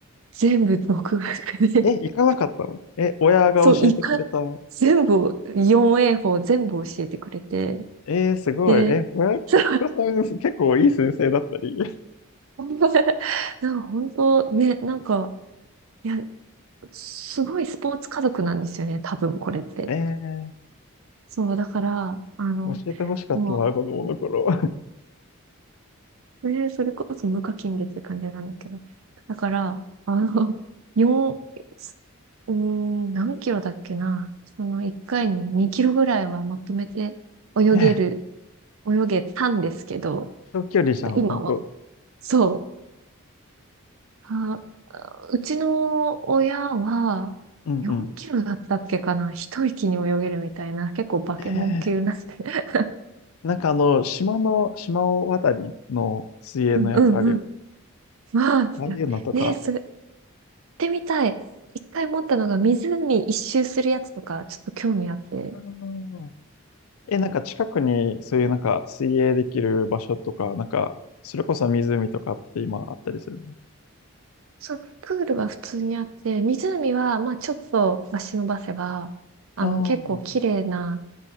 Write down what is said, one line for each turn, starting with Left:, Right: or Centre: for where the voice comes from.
Right: 全部独学で、
Left: え、行かなかったのえ、
Right: <laughs>
Left: 親が教えてくれた。
Right: そう、いか、全部を、4A 法全部教えてくれて、
Left: えー、すごい。
Right: で、
Left: え、親御さん、
Right: <laughs> そ
Left: 結構いい先生だったり。
Right: うなんか本当ね、なんか、いや、すごいスポーツ家族なんですよね、多分これって。
Left: <laughs> え
Right: そう、だから、あの、
Left: ー、教えてほしかったな、
Right: も
Left: 子供の頃。
Right: う、ねそれこそ無課金でって感じなんだけど。だから、あの、4、うーん、何キロだっけな。その1回に2キロぐらいはまとめて泳げる、
Left: <laughs> えー、
Right: 泳げたんですけど、
Left: 長距離じゃん、
Right: ちょっと今は、
Left: 本当。
Right: そう、あ、あうちの親は4キロだったっけかな。
Left: うんうん。
Right: 一息に泳げるみたいな、結構バケモン級なんで
Left: えー、なんかあの、島の、島を渡りの水泳のやつあるよね。
Right: うんうんうん。わあ、
Left: ああいうのとか。
Right: ねそれ、やってみたい。一回持ったのが湖一周するやつとか、ちょっと興味あって。
Left: あーえ、なんか近くにそういうなんか水泳できる場所とか、なんか、それこそ湖とかって今あったりするの
Right: そう、プールは普通にあって、湖は、まあちょっと足伸ばせば、あの、
Left: ああ
Right: 結構綺麗な、